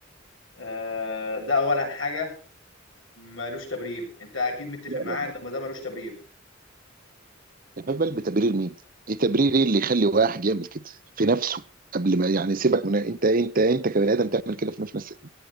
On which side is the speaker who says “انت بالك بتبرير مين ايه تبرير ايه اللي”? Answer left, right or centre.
Right